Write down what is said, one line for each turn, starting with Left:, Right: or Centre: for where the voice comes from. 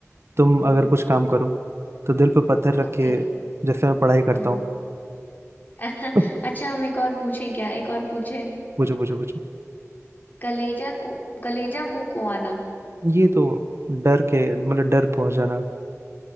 Right: तुम
Left: हम्म
Right: अगर कुछ काम करो तो दिल पे पत्थर रख
Left: ओके
Right: के जैसे मैं पढ़ाई करता
Left: हम्म
Right: हूँ
Left: <laughs>
Right: <laughs>
Left: अच्छा हम एक और पूछें क्या एक और पूछें
Right: पूछो पूछो पूछो
Left: कलेजा को कलेजा मुंह को आना
Right: ये तो डर के मतलब डर पहुंच जाना